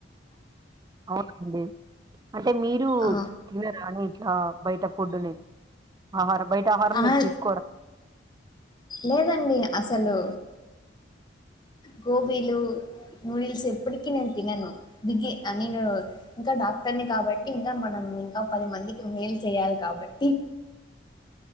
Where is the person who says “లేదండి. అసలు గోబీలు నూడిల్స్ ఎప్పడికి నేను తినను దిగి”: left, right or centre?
Left